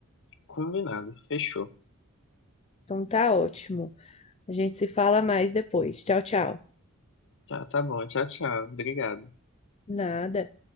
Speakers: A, on the left (about 60°); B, on the left (about 30°).
A: combinado. Fechou.
B: Então tá ótimo. A gente se fala mais depois. Tchau, tchau.
A: Tá, tá bom. Tchau, tchau. Obrigado.
B: Nada.